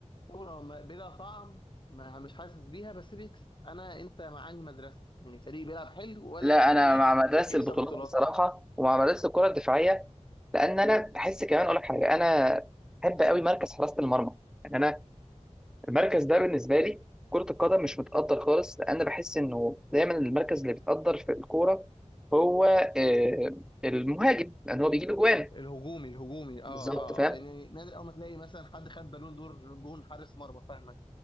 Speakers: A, on the left; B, in the centre.
A: كوره ما- بلا طعم ما مش حاسس بيها بس بيكسب انا انت معاني مدرسه يعني فريق بيلعب حلو ولا
B: لا
A: فريق
B: انا مع مدرسه
A: بيكسب
B: البطولات
A: بطولات
B: بصراحه ومع مدرسه الكره الدفاعيه لان انا بحس كمان اقول لك حاجه انا بحب قوي مركز حراسه المرمى يعني انا المركز ده بالنسبه لي كره القدم مش متقدر خالص لان بحس انه دايما المركز اللي بيتقدر في الكوره هو آه، المهاجم لان هو بيجيب اجوان
A: الهجومي الهجومي اه
B: بالظبط
A: اه
B: فاهم
A: اه يعني نادر اول ما تلاقي مثلا حد خد بالون دور جون حارس مرمى فاهمك